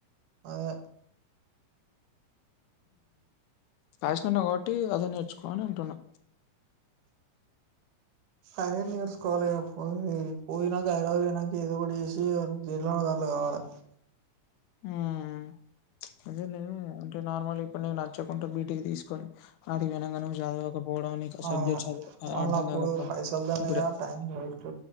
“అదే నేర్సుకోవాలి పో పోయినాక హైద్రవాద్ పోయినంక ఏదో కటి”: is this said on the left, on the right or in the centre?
Right